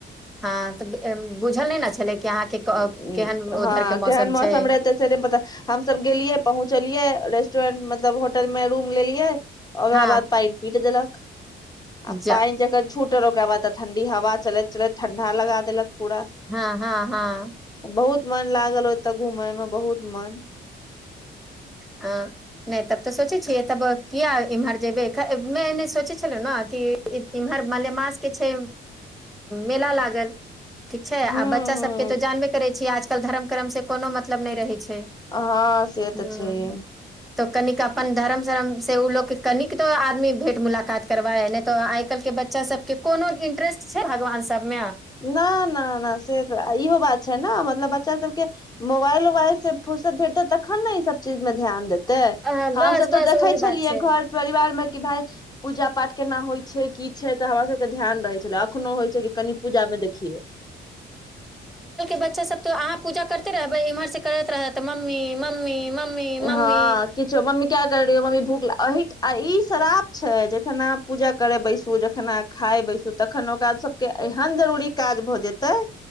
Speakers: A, in the centre; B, on the left.
A: हँ तऽ बुझल नहि ने छलै कि अहाँके
B: हँ
A: केहन उधर के
B: केहन मौसम
A: छै
B: रहते सेे पता हमस गेलियै पहुँचलियै रेस्टोरेंट मत तब होटल में रूम लेलियै ओकरा
A: हँ
B: बाद पानि पीट देलक आ
A: जा
B: पानि जकह झूठ ओकरा बाद त ठं्डी हवा चलैत चलैत ठं्ा ला देलक पूरा
A: हँ हँ हँ
B: बहुत मन लागल ओतऽ घुमय मे बहुत मन
A: अ नहि तब तऽ सोचै छियै तब किया एम्हर जेबै सोचै छलहुँ ने कि इमहर मलेमासके छै मेला लागल ठीक छै आ
B: हूं
A: बच्चा
B: हूं
A: सब के तो जानबे करे छी आज आजकल धर्म क्रम से कोनो मतलब नहि रहै छै
B: हँ सेहत
A: ह
B: अ् छै ही
A: तऽ कनिक अपन धर्म शर्म से ओ लोक कनिक तो आदमी भेंट मुलाकात करबा हइ नहि तऽ आइ काल्हि के बच्चा सबके कोनो इंटरेस्ट छै भगवान सभमे
B: न नहि नहि से त इहो बात छै ने मतलब ब बच्चा सब के मोबाइल उोबाइल से फर्सत भेटतै तखन ने ई सब चीज मे ध्यान देतै
A: ह
B: हमस
A: बस
B: तऽ
A: बस
B: देखै
A: ओहे
B: छलियै
A: बात छै
B: घर परिवार मे भाय पूजा पाठ केना होइ छै की छै तऽ हमरा सबके ध्यान रहै छलै कखनो होइ छै कि कनि पूजा मे देखियै
A: बच रहे इम्हर से करैत रहै तऽ मम्मी मम्मी मम्मी
B: हँ
A: मम्मी
B: किछु मम्मी क्या कर रही हो मम्मी भूख अह आ ई शराप छै जे जखना पूजा करे बैसू जखना खाय बैसू तखन ओकरा सबके एहन जरूरी काज भ जेतै